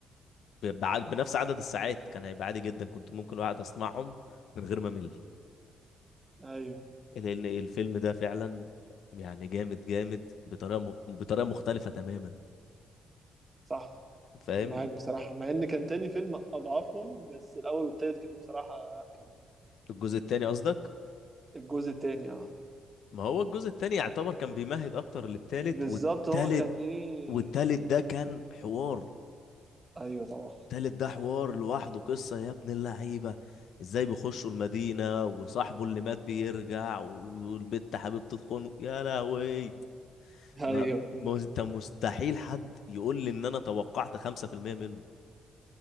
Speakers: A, on the left; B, on the right.
A: ب- بع- بنفس عدد الساعات كان هيبقى عادي جدا كنت ممكن واحد اسمعهم من غير ما امل
B: ايوه
A: لان الفيلم ده فعلا يعني جامد جامد بطريقه مخ... بطريقه مختلفه تماما
B: صح
A: فاهم
B: معاك بصراحة مع ان كان تاني فيلم اضعفهم بس الاول والتالت كانوا بصراحة كان
A: الجزء الثاني قصدك
B: الجزء التاني اه
A: ما هو الجزء الثاني يعتبر كان بيمهد اكتر للثالث
B: بالظبط
A: والثالث
B: هو كان ايه
A: والثالث ده كان حوار
B: ايوه طبعا
A: تالت ده حوار لوحده قصة يا ابن اللعيبة ازاي بيخشوا المدينة وصاحبه اللي مات بيرجع و- والبت حبيبته تخونه يا لهوي
B: ايوه
A: ما ما- انت مستحيل حد يقول لي ان انا توقعت 5% منه